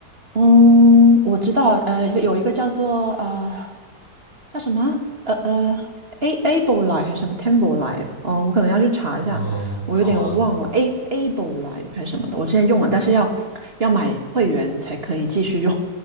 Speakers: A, on the right; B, on the left.
A: 嗯，我知道，呃，一个有一个叫做呃叫什么呃呃 A Able Life 还是什么 Temple Life，嗯、我可能要去查一下，
B: 哦，
A: 我有点忘了
B: 好啊。
A: A Able Life 还是什么的，我之前用了，但是要要买会员才可以继续用，